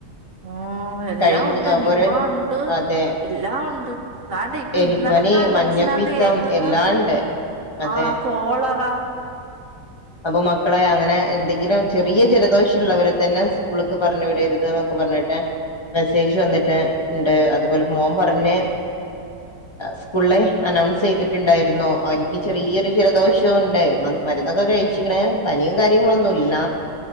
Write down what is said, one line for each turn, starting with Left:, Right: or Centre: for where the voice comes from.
Right: ഓ എല്ലാം
Left: കഴിഞ്ഞ
Right: ഉണ്ട് നിപ്പ
Left: ഓരോ
Right: ഉണ്ട്
Left: അതെ
Right: എല്ലാം ഉണ്ട് അതാണ്ട് ഇപ്പൊ
Left: എലിപ്പനി
Right: ഇന്നലത്തെ
Left: മഞ്ഞപ്പിത്തം
Right: ന്യൂസിനകത്ത് <unintelligible> കേൾക്കുന്നു
Left: എല്ലാം ഉണ്ട് അതെ
Right: ആഹ് കൊളറ
Left: അപ്പൊ മക്കളെ അങ്ങനെ എന്തെങ്കിലും ചെറിയ ജലദോഷം ഉള്ളവരെ തന്നെ സ്കൂളക്ക് പറഞ്ഞു വിടരുത് എന്നൊക്കെ പറഞ്ഞിട്ട് മെസ്സേജ് വന്നിട്ട് ഉണ്ട് അതുപോലെ മോൻ പറഞ്ഞ് സ്കൂൾ അനൗൺസ് ചെയ്തിട്ടുണ്ടായിരുന്നു അവരിക്ക് ചെറിയൊരു ജലദോഷവും ഉണ്ട് മരുന്നൊക്കെ കഴി കഴിച്ചിക്കാണ് പനിയും കാര്യങ്ങളും കാര്യങ്ങള്ളന്നും
Right: ആഹ്
Left: ഇല്ല